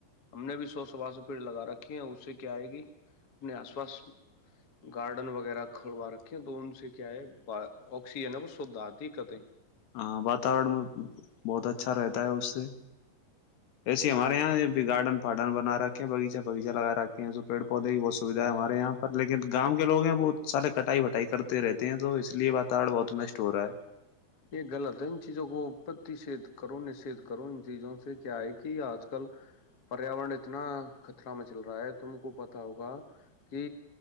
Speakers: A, on the left; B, on the left.
A: ہم نے بھی سوچ ا پیڑ لگا رکھے ہیں اس سے کیا آ ہے گ اپنے آس پاس گارڈن وغیرہ کھلوا رکھے ہیں تو ان سے کیا ہے آکسیجن ہے وہ شھ آتی ہے کتیں
B: ہاں واتورن میں بہت اچھا رہتا ہے اس سے ایسے ہمارے یہاں یہبھی گارڈن پارڈن بنا رکھے ہیں بغیچ بایچہ لگ رکھ ہیں اس پیڑ پودے کی بہت سویدھا
A: ہاں
B: ہے ہمارے
A: ہاں
B: یہاں پر لیکن گاؤں کے لو ہیں بہت سارے کٹائی وٹائی کرتے رہتے ہیں تو اس لیے واتاورن بہت نشٹ ہو رہا ہے
A: یہ غلط ہے ان چیزوں کوپتی سے کرونے سے کروں چیزوں سے کیا ہے کہ آج کل پریاورن اتنا خطرا میں چل رہا ہے تم کو پتا ہوگا کہ